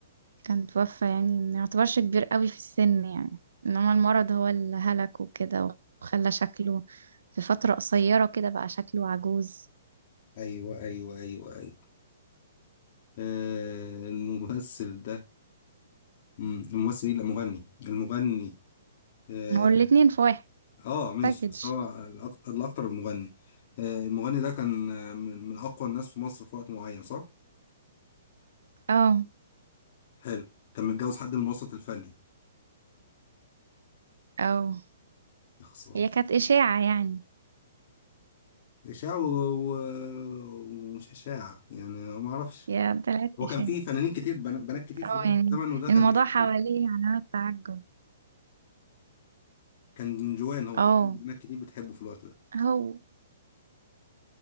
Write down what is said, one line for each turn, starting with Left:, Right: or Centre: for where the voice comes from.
Right: كان توفى يعني ما يعتبرش كبير قوي في السن يعني إنما المرض هو اللي هلكه كده وخلى شكله في فترة قصيرة كده بقى شكله عجوز
Left: ايوه ايوه ايوه ايوه آه، الممثل ده مم، الممثل ايه لا مغني المغني اه
Right: ما هو الاتنين في واحد
Left: آه، ماشي
Right: باكج
Left: بس هو الاكتر الاكتر المغني آه، المغني ده كان آه، من من اقوى الناس في مصر في وقت معين صح
Right: اه
Left: حلو كان متجوز حد من الوسط الفني
Right: اه
Left: يا خسارة
Right: هي كانت إشاعة يعني
Left: إشاع و... و... ومش إشاع يعني ما أعرفش
Right: هي طلعت
Left: هو
Right: إشاعة
Left: كان في فنانين كتير بنا- بنات كتير
Right: اه
Left: في الزمن
Right: يعني
Left: وده كان
Right: الموضوع
Left: بيحبوه
Right: حواليه علامات تعجب
Left: كان جوان هو
Right: اه
Left: كان في بنات كتير بتحبه في الوقت ده
Right: هو